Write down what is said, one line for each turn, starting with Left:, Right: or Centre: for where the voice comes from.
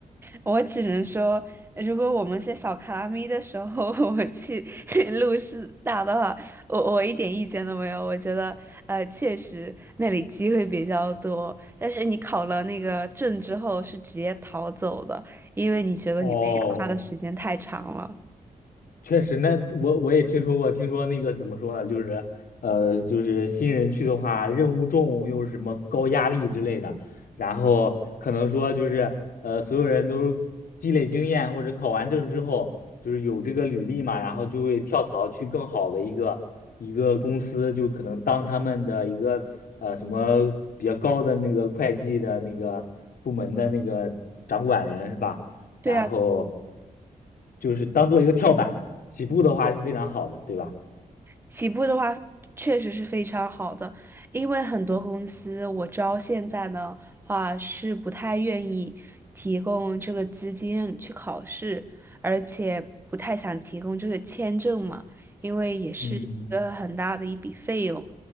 Right: 我只能说，如果我们是小卡拉咪的时候，<laughs> 我们去 <laughs> 录视大的话，我我一点意见都没有。我觉得，呃，确实那里机会比较多，但是你考了那个证之后是直接逃走的，因为你觉得你被压榨的时间太长了。
Left: 哦，确实，那我我也听说过，听说那个怎么说呢，就是呃，就是新人去的话，任务重又是什么高压力之类的，然后可能说就是呃，所有人都积累经验或者考完证之后，就是有这个履历嘛，然后就会跳槽去更好的一个一个公司，就可能当他们的一个呃什么比较高的那个会计的那个部门的那个掌管人是吧？
Right: 对啊，
Left: 然后。就是当做一个跳板，起步的话是非常好的，对吧？
Right: 起步的话确实是非常好的，因为很多公司我知道现在的话是不太愿意提供这个资金让你去考试，而且不太想提供这个签证嘛，因为也是一个很大的一笔费用。
Left: 嗯